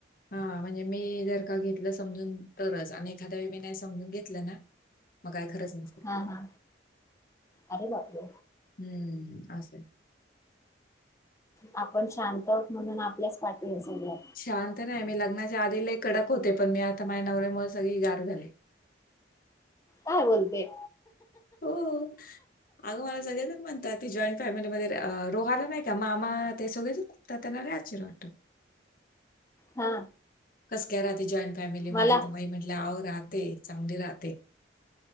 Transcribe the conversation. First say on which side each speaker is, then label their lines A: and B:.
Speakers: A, on the left; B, on the left.
A: हा म्हणजे मी जर का घेतलं समजून तरच आणि एखाद्या वेळी मी नाही समजून घेतलं ना मग काय खरंच नसते.
B: हा हा अरे बापरे.
A: हम्म असंय
B: आपण शांत आहे म्हणून आपल्याच पाठी आहे सगळ.
A: शांत नाही मी लग्नाच्या आधी लई कडक होते पण मी आता माझ्या नवऱ्यामुळे सगळी गार झाले.
B: काय बोलते
A: हो. अगं मला सगळेजण म्हणतात ते जॉईंट फॅमिलीमध्ये रोहाला नाही का मामा ते सगळे तर त्यांना नाही आश्चर्य वाटत.
B: हा
A: कस काय राहते जॉईंट फॅमिलीमध्ये?
B: मला
A: तर मग म्हटले आव राहते चांगली राहते.